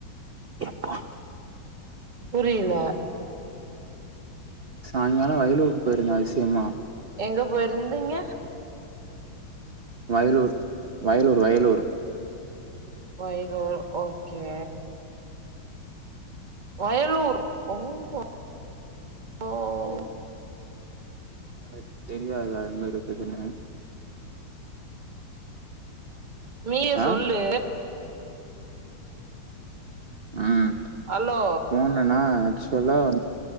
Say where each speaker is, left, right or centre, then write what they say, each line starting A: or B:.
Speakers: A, on the right; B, on the right.
A: எப்பா
B: புரியல
A: சாயிங்காலம் வயலூருக்கு போயிருந்த அதிசயமா
B: எங்க போயிருந்தீங்க
A: வயலூர் வயலூர் வயலூர்
B: வயலூர் ஓகே வயலூர் ரொம்பே ஓ
A: அது தெரியாத எங்க இருக்குதுன்னு
B: நீயே
A: ஆ
B: சொல்லு
A: ம்
B: ஹலோ
A: சொன்னான ஆக்சுவலா வந்